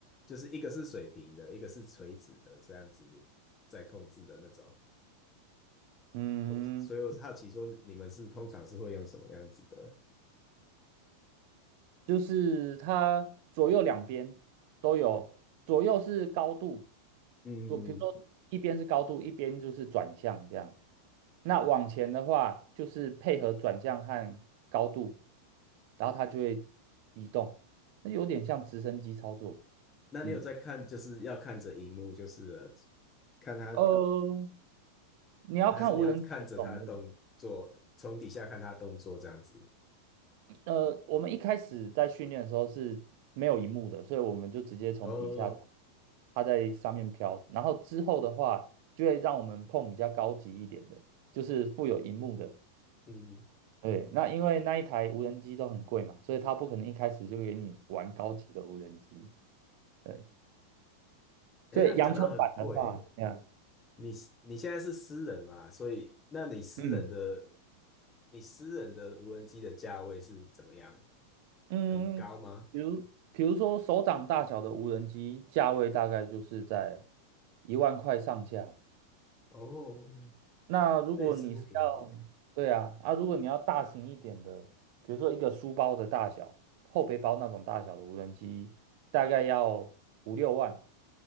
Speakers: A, on the left; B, on the right.
A: 就是一个是水平的，一个是垂直的，这样子在控制的那种。
B: 嗯，
A: 我所以我好奇说你们是通常是会用什么样子的？
B: 就是它左右两边都有，左右是高度，
A: 嗯，
B: 左，比如说一边是高度，一边就是转向这样。那往前的话，就是配合转向和高度，然后它就会移动，那有点像直升机操作。
A: 那你有在看，
B: 嗯，
A: 就是要看着荧幕，就是了看它
B: 呃，你要看无人机的种类。
A: 还是你要看着他的动作，从底下看他的动作这样子。
B: 呃，我们一开始在训练的时候是没有荧幕的，所以我们就直接从底下看，
A: 哦，
B: 它在上面飘。然后之后的话，就会让我们碰比较高级一点的，就是附有荧幕的。
A: 嗯，
B: 对，那因为那一台无人机都很贵嘛，所以它不可能一开始就给你玩高级的无人机。对，
A: 哎，
B: 所以阳春版的话，
A: 那你讲到很贵，
B: 这样，
A: 你你现在是私人嘛，所以那你私人的
B: 嗯
A: 你私人的无人机的价位是怎么样？
B: 嗯，
A: 很高吗？
B: 比如比如说手掌大小的无人机，价位大概就是在一万块上下。
A: 哦，
B: 那如果你是要，
A: 那也是不便宜。
B: 对啊，啊，如果你要大型一点的，比如说一个书包的大小，后背包那种大小的无人机，大概要五六万。